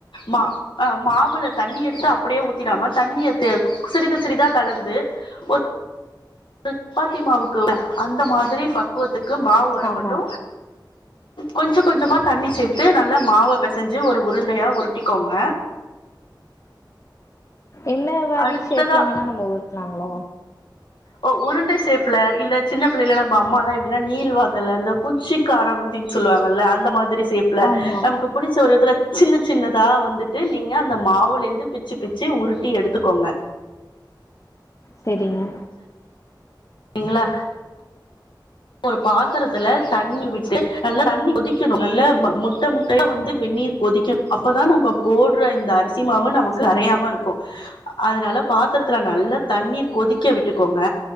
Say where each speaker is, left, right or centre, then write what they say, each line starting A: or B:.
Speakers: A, on the left; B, on the left.
A: மா அ மாவுல தண்ணி எடுத்து அப்டியே ஊத்திடாம தண்ணிய தெ சிறிது <unintelligible> ட்டிதா கலந்து ஒர் <inaudible> சப்பாத்தி மாவிருக்குல்ல அந்த மாதிரி பக்குவத்துக் க்கு மாவு வரமட்டு
B: ஆமா
A: கொஞ்ச கொஞ்சமா தண்ணி சேத்து நல்லா மாவ பெசஞ்சு ஒரு உருண் உருண்டையா உருட்டிக்கோங்க
B: என்ன மாரி
A: அடுத்ததா
B: ஷேப்ல வேணா நம்ம உருட்லாங்ளா
A: ஒ உருண்ட சேப்ல இல்ல சின்ன பிள்ளைலல நம்ம அம்மாலா எப்டினா நீள் வாக்குல அந்த குச்சிக்காரவந்தினு சொல்லுவாங்கல்ல அந்த மாதிரி சேப்ல
B: ஆமா
A: நமக்கு புடிச்ச ஒரு எடத்துல சின்ன சின்னதா வந்துட்டு நீங்க அந்த மாவுல் லிருந்து பிச்சி பிச்சி உருட் ட்டி எடுத்துக்கோங்க
B: செரிங்க
A: ங்களா <inaudible> ஒரு பாத்தரத்துல தண்ணீர் விட்டு நல்லா தண்ணீர் கொதிக்கணு நல்லா முட்ட முட்டையா வந்து வெந்நீர் கொதிக்கணு அப்பதா நம்ம போடுற இந்த அரிசி சி மாவு நமக்கு
B: செரிங்க
A: கரையாம இருக்கு அதனால பாத்தரத்துல நல்லா தண்ணீர் கொதிக்க விட்டுக்கோங்க